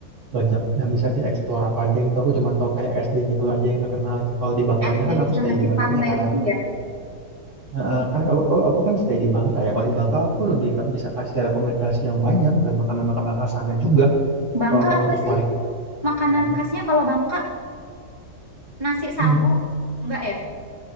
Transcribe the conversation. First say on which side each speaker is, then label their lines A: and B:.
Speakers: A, on the right; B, on the right.
A: banyak yang bisa dieksplor apa aja gitu. Aku cuman tahu kayak SD-nya itu aja yang terkenal gitu. Kalau di Bangkanya
B: FD
A: kan aku
B: sama
A: stay
B: si
A: di Bangkanya
B: pantai
A: kan.
B: itu ya.
A: Heeh, kan aku, aku aku kan stay di Bangka ya. Kalau di Bangka aku lebih bisa kasih rekomendasi yang banyak dan makanan-makanan khas sana juga
B: Bangka
A: kalau kamu
B: apa
A: tertarik
B: sih
A: ke
B: makanan
A: sana.
B: khasnya kalau Bangka? Nasi sagu?
A: Hmm,
B: Enggak ya?